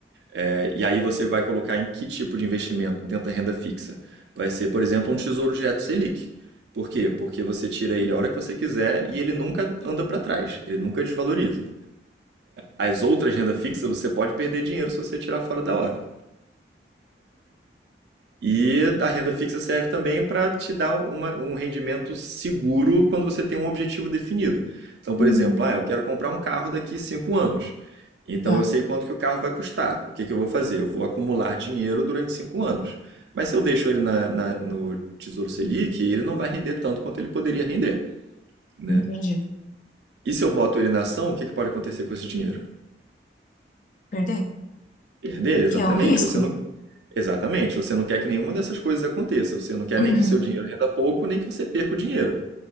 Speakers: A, on the right (about 75°); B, on the left (about 45°).
A: É, e aí você vai colocar em que tipo de investimento dentro da renda fixa? Vai ser, por exemplo, um tesouro direto Selic. Por quê? Porque você tira ele a hora que você quiser e ele nunca anda para trás, ele nunca desvaloriza. As outras renda fixa você pode perder dinheiro se você tirar fora da hora. E a renda fixa serve também para te dar uma- um rendimento seguro quando você tem um objetivo definido. Então, por
B: uhum.
A: exemplo, ah, eu quero comprar um carro daqui cinco anos. Então
B: Tá,
A: eu sei quanto que o carro vai custar. O que que eu vou fazer? Eu vou acumular dinheiro durante cinco anos. Mas se eu deixo ele na- na- no Tesouro Selic, ele não vai render tanto quanto ele poderia render, né?
B: entendi.
A: E se eu boto ele na ação, o que que pode acontecer com esse dinheiro?
B: Perder?
A: Perder, exatamente.
B: Que é um risco.
A: Você não, exatamente. Você não quer que nenhuma dessas coisas aconteça. Você não quer
B: Uhum,
A: nem que seu dinheiro renda pouco, nem que você perca o dinheiro.